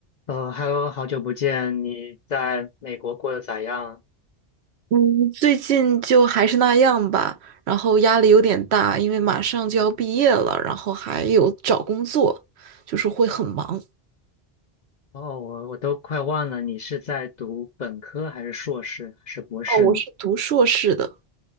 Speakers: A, on the left (about 50°); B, on the right (about 75°).
A: 嗯，Hello，好久不见，你在美国过得咋样？
B: 嗯，最近就还是那样吧，然后压力有点大，因为马上就要毕业了，然后还有找工作，就是会很忙。
A: 哦，我我都快忘了，你是在读本科还是硕士还是博士呢？
B: 哦，我是读硕士的，